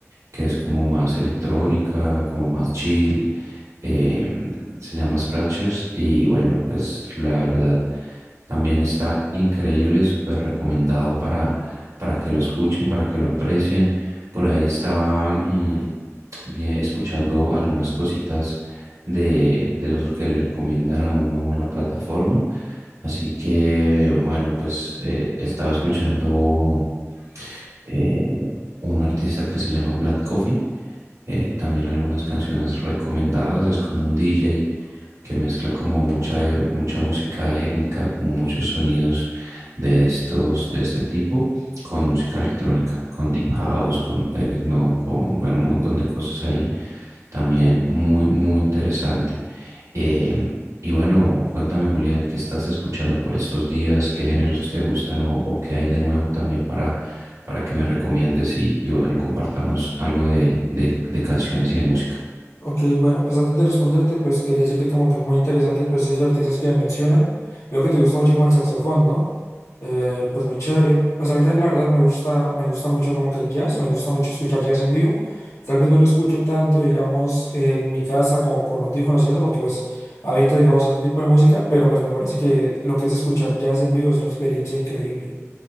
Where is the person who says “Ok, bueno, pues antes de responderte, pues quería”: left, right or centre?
Left